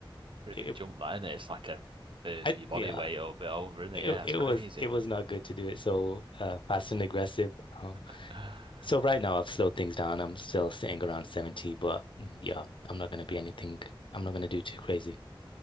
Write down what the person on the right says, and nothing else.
pretty
big jump, that, isn't it? It's like a third
of your
body weight or a bit over, isn't
it? Yeah,
it's crazy.
<laughs>